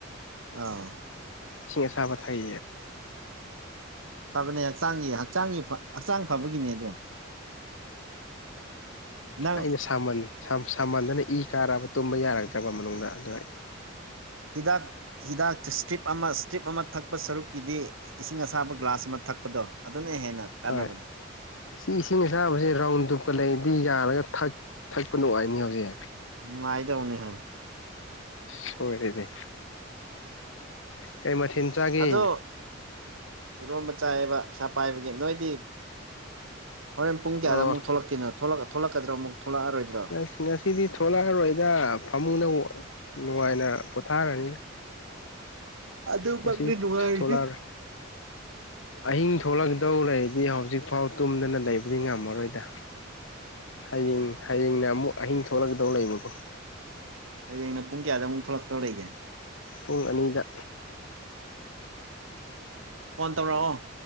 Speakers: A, on the right; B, on the left.
A: ꯑꯥ
B: ꯆꯤꯡ ꯑꯁꯥꯕ ꯊꯥꯏ
A: ꯐꯕꯅꯦ ꯍꯛꯆꯥꯡꯒꯤ ꯍꯛꯆꯥꯡꯒꯤ ꯍꯛꯆꯥꯡ ꯐꯕꯒꯤꯅꯦ ꯑꯗꯣ ꯅꯪ
B: ꯑꯩꯅ ꯁꯥꯃꯟ ꯁꯥꯃꯟꯗꯅ ꯏ ꯀꯥꯔꯕ ꯇꯨꯝꯕ ꯌꯥꯔꯒ ꯐꯞꯖꯕ ꯃꯅꯨꯡꯗ ꯑꯗꯨ
A: ꯍꯤꯗꯥꯛ ꯍꯤꯗꯥꯛ ꯏꯁꯇ꯭ꯔꯤꯞ ꯑꯃ ꯏꯁꯇ꯭ꯔꯤꯞ ꯑꯃ ꯊꯛꯄ ꯁꯔꯨꯛ ꯄꯤꯗꯤ ꯏꯁꯤꯡ ꯑꯁꯥꯕ ꯒ꯭ꯂꯥꯁ ꯑꯃ ꯊꯛꯄꯗꯣ ꯑꯗꯨꯅ ꯍꯦꯟꯅ ꯀꯥꯟꯅꯕꯅꯦ
B: ꯍꯣꯏ ꯁꯤ ꯏꯆꯅꯤꯁꯥꯕꯁꯤ ꯔꯥꯎꯟ ꯇꯨꯞꯞꯄ ꯂꯩꯔꯗꯤ ꯌꯥꯔꯒ ꯊꯛꯄ ꯅꯨꯡꯉꯥꯏꯅꯤ ꯍꯧꯖꯤꯛ
A: ꯃꯅꯨꯡꯉꯥꯏꯗꯎꯅꯤ ꯍꯥꯏ
B: ꯁꯣꯏꯔꯤꯅꯦ ꯀꯩ ꯃꯊꯤꯟ ꯆꯥꯒꯦ
A: ꯑꯗꯣ ꯏꯔꯣꯝꯕ ꯆꯥꯏꯌꯦꯕ ꯄꯩꯥ ꯄꯥꯏꯕꯒꯤ ꯅꯣꯏꯗꯤ ꯍꯣꯔꯦꯟ ꯄꯨꯡ ꯀꯌꯥꯗ
B: ꯑꯣ
A: ꯑꯃꯨꯛ ꯊꯣꯛꯂꯛꯀꯅꯣ ꯊꯣꯛꯂꯛ ꯊꯣꯛꯂꯛꯀ꯭ꯔ ꯑꯃꯨꯛ ꯊꯣꯛꯂꯛꯑꯔꯣꯏꯗ꯭ꯔꯣ
B: ꯁ ꯉꯁꯤꯗꯤ ꯊꯣꯛꯂꯛꯑꯔꯣꯏꯗ ꯐꯃꯨꯡꯅ ꯅ ꯏꯩꯅ ꯄꯊꯥꯅꯤ
A: ꯑꯗꯨꯃꯛꯅꯤ
B: ꯉꯁꯤ
A: ꯅꯨꯡꯉꯥꯏꯔꯤꯁꯦ
B: ꯊꯣꯂꯥ ꯑꯍꯤꯡ ꯊꯣꯛꯂꯛꯗꯧ ꯂꯩꯔꯗꯤ ꯍꯧꯖꯤꯛꯐꯥꯎ ꯇꯨꯝꯗꯅ ꯂꯩꯕꯗꯤ ꯉꯝꯃꯔꯣꯏꯗ ꯍꯌꯦꯡ ꯍꯌꯦꯡꯅꯦ ꯑꯃꯨꯛ ꯑꯍꯤꯡ ꯊꯣꯛꯂꯛꯒꯗꯧ ꯂꯩꯕꯀꯣ
A: ꯍꯌꯦꯡꯅ ꯄꯨꯡ ꯀꯌꯥꯗ ꯑꯃꯨꯛ ꯊꯣꯛꯂꯛꯇꯧ ꯂꯩꯒꯦ
B: ꯄꯨꯡ ꯑꯅꯤꯗ
A: ꯐꯣꯟ ꯇꯧꯔꯛꯑꯣ